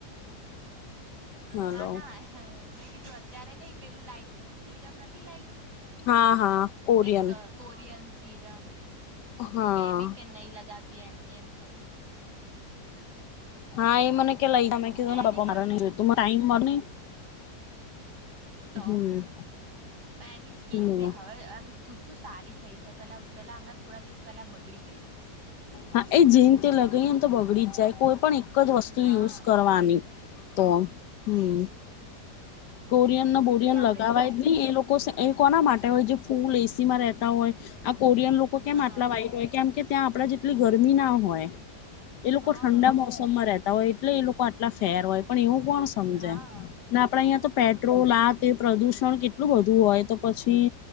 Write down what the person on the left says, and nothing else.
હલો
હા હા કોરિયન
હા
હા એ મને કે લઈ જા, મે કીધું
ના બાપા
મારે નહી જોતું, ટાઈમ મળતું નહિં.
હમ
હમ
હા એ જેન તે લગાયે ને તો બગડી જ જાય. કોઈપ પણ એક જ વસ્તુ
યુઝ કરવાની. તો હમ્મ.
કોરિયન નો બોરિયન
લગાવાય
જ નહી, એ લોકો સે એ કોના માટે
હોય જે ફૂલ એસીમાં રહેતા હોય, આ કોરિયન લોકો
કેમ આટલા વાઇટ હોય કેમ કે ત્યાં આપણા જેટલી ગરમી ના હોય. એ લોકો
ઠંડા મોસમમાં રહેતા હોય. એટલે એ લોકો આટલા ફેર હોય પણ એવું કોણ સમજે,
ને આપણે અહીંયા તો પેટ્રોલ આ તે પ્રદુષણ કેટ ટલું બધું હોય તો પછી